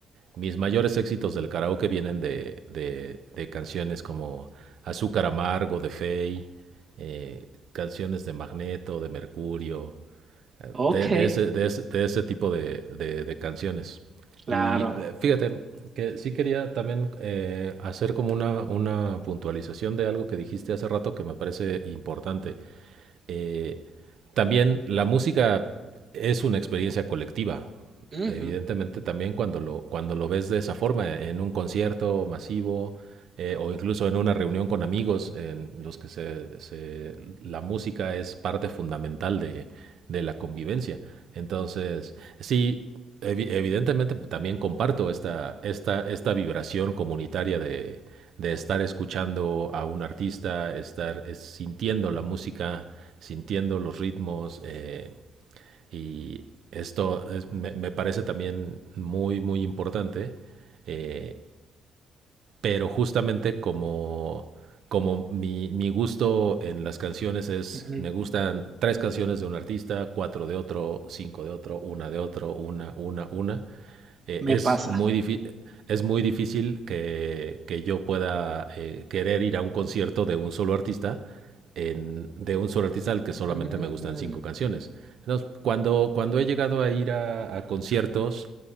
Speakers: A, on the right; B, on the right.
A: mis mayores éxitos del karaoke vienen de, de, de canciones como Azúcar Amargo de Fey, eh, canciones de Magneto, de Mercurio, eh,
B: Ok,
A: de, de ese, de ese- de ese tipo de, de- de canciones.
B: claro.
A: Y eh, fíjate que sí quería también eh, hacer como una, una puntualización de algo que dijiste hace rato que me parece importante. Eh, también la música es una experiencia colectiva.
B: Ujú,
A: Evidentemente también cuando lo, cuando lo ves de esa forma, en un concierto masivo eh, o incluso en una reunión con amigos en los que se, se- la música es parte fundamental de, de la convivencia. Entonces, sí, evi- evidentemente también comparto esta, esta, esta vibración comunitaria de, de estar escuchando a un artista, estar eh, sintiendo la música sintiendo los ritmos eh, y esto es- me, me parece también muy, muy importante eh, pero justamente como, como mi, mi gusto en las canciones es,
B: ujú,
A: me gustan tres canciones de un artista, cuatro de otro, cinco de otro, una de otro, una, una, una, eh,
B: Me
A: es
B: pasa.
A: muy difícil. Es muy difícil que, que yo pueda eh, querer ir a un concierto de un solo artista, en- de un solo artista al que solamente
B: Mm,
A: me gustan cinco canciones. Entonces, cuando, cuando he llegado a ir a, a conciertos